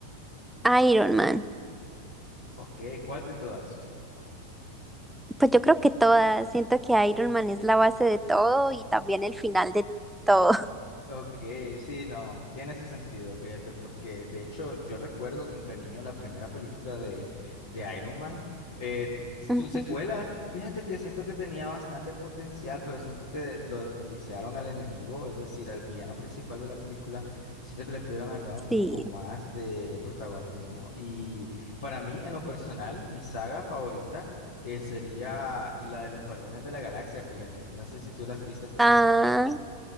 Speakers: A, in the centre; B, on the left (about 55°).
A: Iron Man.
B: Ok, ¿cuál de todas?
A: Pues yo creo que todas, siento que Iron Man es la base de todo y también el final de todo.
B: Ok, sí, no, tiene su sentido, fíjate, porque de hecho yo recuerdo con cariño la primera película de, de Iron Man. Eh,
A: <laughs>
B: su
A: Ujú,
B: secuela, fíjate que siento que tenía bastante potencial, pero siento que lo desperdiciaron al enemigo, es decir, al villano principal de la película. Siento que le pudieron haber dado un
A: Sí.
B: poco más de protagonismo. Y para mí, en lo personal, mi saga favorita eh, sería la de los Guardianes de la Galaxia, fíjate. No sé si tú las viste todas.
A: Ah,